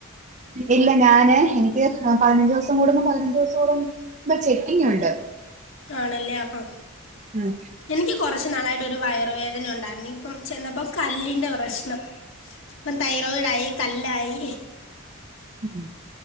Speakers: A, on the right; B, on the left.
A: ഇല്ല ഞാന് എനിക്ക് പതിനഞ്ചുവസം കൂടുമ്പോ പതിനഞ്ചുസം കൂടുമ്പോ ചെക്കിങ്ങുണ്ട്
B: ആണല്ലേ അപ്പൊ
A: ഉം
B: എനിക്ക് കുറച്ച് നാളായിട്ട് ഒരു വയറുവേദന ഉണ്ടായിരുന്നു ഇപ്പം ചെന്നപ്പോ കല്ലിന്റെ പ്രശ്നം ഇപ്പം തൈറോയിഡായി കല്ലായി
A: ഉം